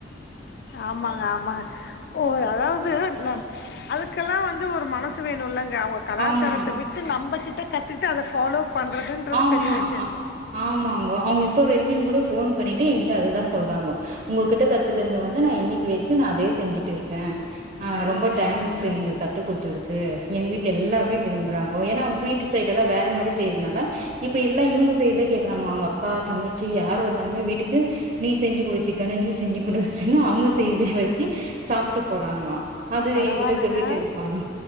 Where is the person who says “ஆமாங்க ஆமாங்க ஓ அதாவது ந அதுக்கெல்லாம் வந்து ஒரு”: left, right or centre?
Left